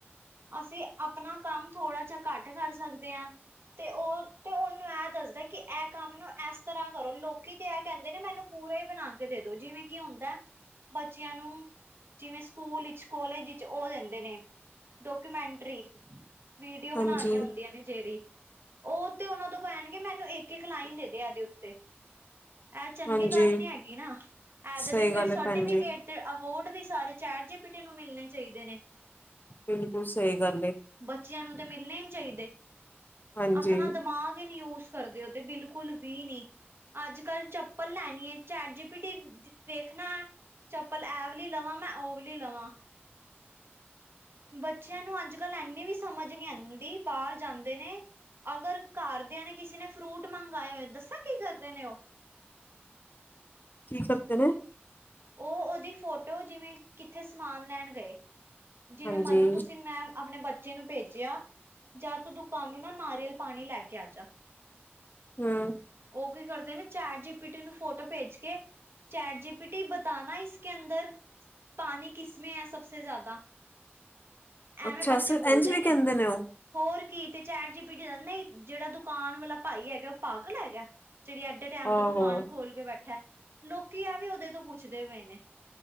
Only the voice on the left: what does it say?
ਹਾਂਜੀ
ਹਾਂਜੀ
ਸਹੀ
ਗੱਲ
ਹੈ ਭੈਣ ਜੀ
ਬਿਲਕੁਲ ਸਹੀ ਗੱਲ ਹੈ
ਹਾਂਜੀ
ਕੀ ਕਰਦੇ ਨੇ
ਹਾਂਜੀ
ਹੰ
ਅੱਛਾ
ਇੰਝ ਵੀ
ਕਹਿੰਦੇ ਉਹ
ਆਹੋ